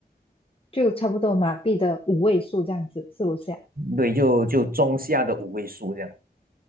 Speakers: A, on the left; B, on the right.
A: 就差不多马币的五位数这样子，是不是啊？
B: 对，就就中下的五位数这样。